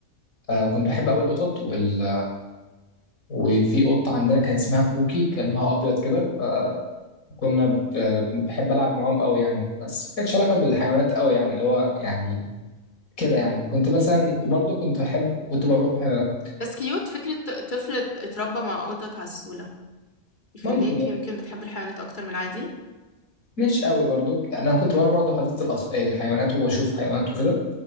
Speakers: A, on the left; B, on the left.
A: آه، كنت بحب قوي القطط وال... وفي قطه عندنا كان اسمها كوكي كان لونها ابيض كده فكنا ب... بحب العب معاهم قوي يعني بس ما كانتش علاقه بالحيوانات قوي يعني اللي هو يعني كده يعني كنت مثلا وبرضه كنت بحب كنت بروح آه،
B: بس كيوت فكرة ط- طفل اتربى مع قطط عسولة يخليك
A: ممكن يعني
B: يمكن بتحب الحيوانات أكتر من العادي
A: مش قوي برضه يعني انا كنت بروح برضه حديقه الاطفال الحيوانات واشوف حيوانات وكده